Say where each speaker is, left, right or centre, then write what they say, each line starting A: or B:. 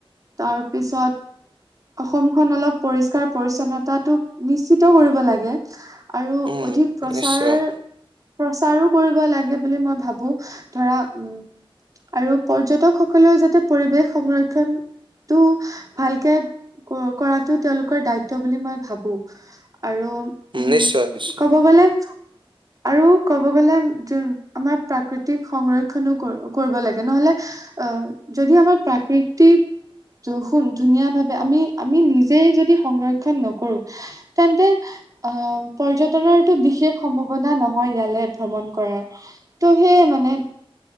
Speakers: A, on the right; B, on the right.
A: তাৰপিছত অসমখন অলপ পৰিষ্কাৰ-পৰিচন্নতাটোক নিশ্চিত কৰিব লাগে। আৰু
B: উম,
A: অধিক প্ৰচাৰ
B: নিশ্চয়,
A: প্ৰচাৰো কৰিব লাগে বুলি মই ভাবো। ধৰা, উম। আৰু পৰ্যটকসকলেও যাতে পৰিৱেশ সংৰক্ষণটো ভালকে কৰাটো তেওঁলোকৰ দায়িত্ব বুলি মই ভাবো। আৰু উম,
B: নিশ্চয়, নিশ্চয়।
A: ক'ব গ'লে আৰু ক'ব গ'লে <unintelligible> আমাৰ প্ৰাকৃতিক সংৰক্ষণো ক কৰিব লাগে, নহ'লে আহ, যদি আমাৰ প্ৰাকৃতিক ত, শুন, ধুনীয়া ভাৱে আমি-আমি নিজেই যদি সংৰক্ষণ নকৰো তেন্তে, অ, পৰ্যটনৰটো বিশেষ সম্ভাৱনা নহয় ইয়ালে ভ্ৰমণ কৰাৰ, ত', সেয়ে মানে